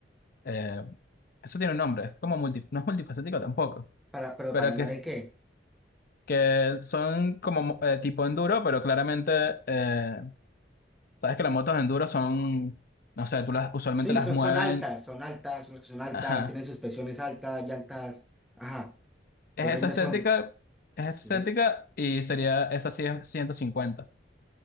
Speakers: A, on the left; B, in the centre.
A: eh, eso tiene un nombre, es como multi- no es multifacético tampoco,
B: Para, pero
A: pero
B: para andar
A: que, es-
B: en qué?
A: que son como mo- eh, tipo enduro, pero claramente, eh, sabes que las motos enduro son, no sé, tú las usualmente
B: Sí,
A: las
B: son,
A: mueven,
B: son altas, son altas, son son altas,
A: ajá,
B: tienen suspensiones altas, llantas, ajá,
A: es
B: los rines
A: esa estética,
B: son...
A: es esa
B: Sí,
A: estética y sería, esa sí es 150,